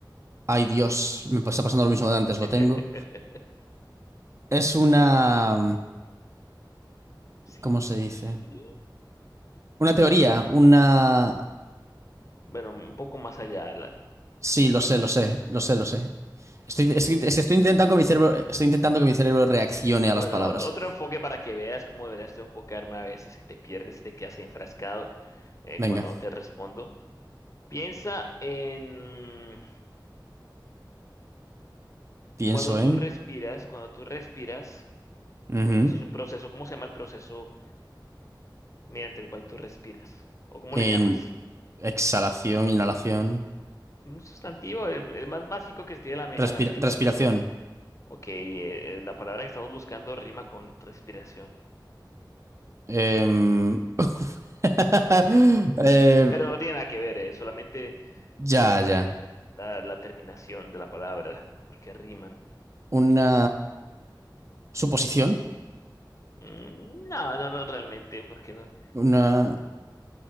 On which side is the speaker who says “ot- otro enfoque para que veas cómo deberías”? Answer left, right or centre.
Left